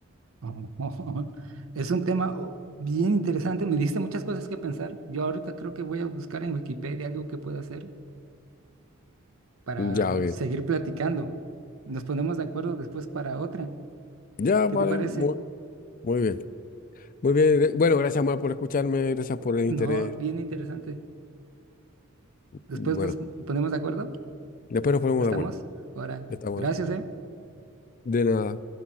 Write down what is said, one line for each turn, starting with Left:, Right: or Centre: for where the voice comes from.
Right: oh, <laughs> Es un tema oh, bien interesante. Me diste muchas cosas que pensar. Yo ahorita creo que voy a buscar en Wikipedia algo que pueda hacer para
Left: Ya, ok.
Right: seguir platicando. Nos ponemos de acuerdo después para otra.
Left: Ya,
Right: ¿Qué
Left: vale,
Right: te parece?
Left: muy, muy bien. Muy bien, eh, bueno, gracias más por escucharme, gracias por el
Right: No,
Left: interés.
Right: bien interesante. Después
Left: Bueno,
Right: nos ponemos de acuerdo.
Left: después nos ponemos
Right: ¿Estamos?
Left: de acuerdo.
Right: Ahora,
Left: Estamos
Right: gracias, ¿eh?
Left: de nada.